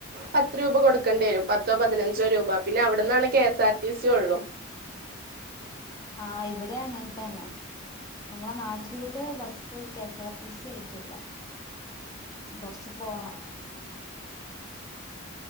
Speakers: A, on the right; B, on the left.
A: പത്ത് രൂപ കൊടുക്കേണ്ടി വരും പത്തോ പതിനഞ്ചോ രൂപ പിന്നെ അവിടന്നാണ് കെ എസ് ആർ ടി സിയുള്ളൂ
B: ആഹ് ഇവിടെ അങ്ങൻത്തന്നെ നമ്മളെ നാട്ടിലൂടെ bus K S R T C ആയിറ്റില്ല കൊറച്ച് പോണം